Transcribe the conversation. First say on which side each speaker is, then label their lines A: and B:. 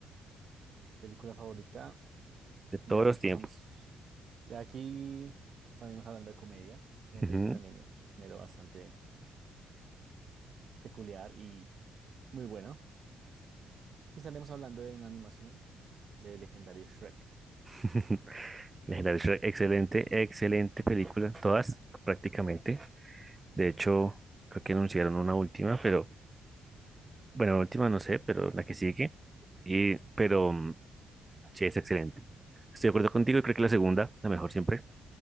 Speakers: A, on the right; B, on the right.
A: Película favorita,
B: De todos
A: ya
B: los
A: nos pasamos
B: tiempos.
A: de aquí, estaremos hablando de comedia, como
B: <laughs>
A: te dije también es un género bastante peculiar y muy bueno. Y estaremos hablando de una animación del legendario Shrek.
B: <laughs> Legendario Shrek, excelente, excelente película, todas prácticamente. De hecho, creo que anunciaron una última, pero bueno, la última no sé, pero la que sigue. Y, pero mm, sí, es excelente. Estoy de acuerdo contigo y creo que la segunda, la mejor siempre.